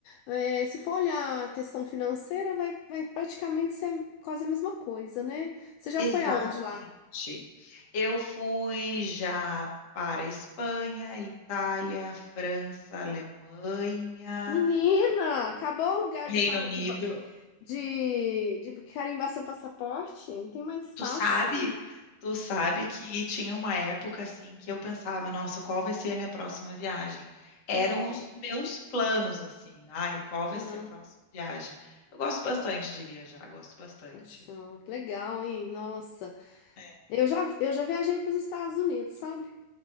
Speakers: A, on the left; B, on the left.
A: é, se for olhar a questão financeira, vai, vai praticamente ser quase a mesma coisa, né? Você já
B: Exatamente.
A: foi aonde lá?
B: Eu fui já para Espanha, Itália, França, Alemanha.
A: Menina, acabou o lugar
B: Reino
A: de, pa-
B: Unido.
A: de, ba- de, de carimbar seu passaporte? Não tem mais espaço.
B: Tu sabe, tu sabe que tinha uma época assim que eu pensava, nossa, qual vai ser a minha próxima viagem? Eram
A: Não.
B: os meus planos assim. Ai, qual vai
A: Aham.
B: ser a próxima viagem? Eu gosto bastante de viajar, gosto bastante.
A: Nossa, nó, que legal, hein? Nossa.
B: É.
A: Eu já, eu já viajei para os Estados Unidos, sabe?